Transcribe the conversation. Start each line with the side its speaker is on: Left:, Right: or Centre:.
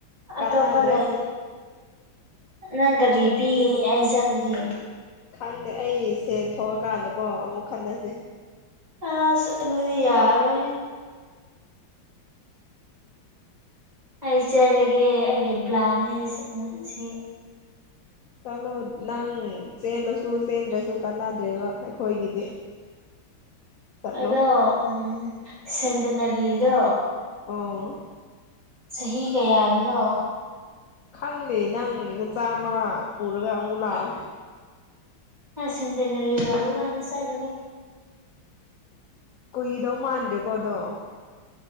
Left: ꯀꯅꯥꯗ꯭ꯔꯦ
Right: ꯑꯇꯣꯞꯄ ꯂꯩꯇꯦ ꯅꯪ ꯀꯒꯔꯤ ꯄꯤꯒꯅꯤ ꯑꯩ ꯆꯠꯂꯗꯤ
Left: ꯈꯪꯗꯦ ꯑꯩ ꯁꯦꯟ ꯊꯣꯛꯑꯀꯥꯟꯗꯀꯣ ꯑꯃꯨꯛ ꯈꯟꯅꯁꯦ
Right: ꯑ ꯑꯗꯨꯗꯤ ꯌꯥꯔ ꯑꯣꯏꯣꯏ ꯑꯩ ꯆꯠꯂꯒꯦ ꯑꯩꯒꯤ ꯄ꯭ꯂꯥꯟꯅꯦ ꯁꯤ
Left: ꯆꯂꯣ ꯅꯪ ꯆꯦꯜꯂꯁꯨ ꯆꯦꯟꯗ꯭ꯔꯁꯨ ꯀꯥꯟꯅꯗ꯭ꯔꯦꯕ ꯑꯩꯈꯣꯏꯒꯤꯗꯤ ꯆꯠꯂꯣ
Right: ꯑꯗꯣ ꯎꯝ ꯁꯦꯟꯗꯅꯔꯤꯗꯣ
Left: ꯑꯣ
Right: ꯆꯍꯤ ꯀꯌꯥꯔꯤꯅꯣ
Left: ꯈꯪꯗꯦ ꯅꯪꯅ ꯆꯥꯝꯃ ꯄꯨꯔꯒ ꯑꯃꯨꯛ ꯂꯥꯛꯑꯣ
Right: ꯑ ꯁꯤꯗꯅ ꯂ ꯒꯥꯟꯗ ꯆꯥꯏꯒꯦ
Left: ꯀꯨꯏꯗꯧ ꯃꯥꯟꯗ꯭ꯔꯦꯀꯣ ꯑꯗꯣ